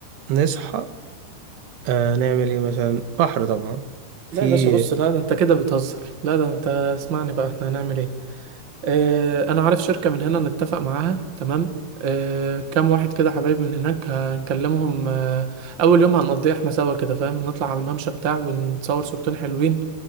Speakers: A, on the right; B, on the right.
A: نصحى آه نعمل ايه مثلا بحر طبعا في
B: لا يا باشا بص لا ده انت كده بتهزر لا ده انت اسمعني بقى احنا هنعمل ايه اه انا عارف شركة من هنا نتفق معاها تمام اه كام واحد كده حبايبي من هناك هنكلمهم اه اول يوم هنقضيه احنا سوا كده فاهم نطلع على الممشى بتاع ونتصور صورتين حلوين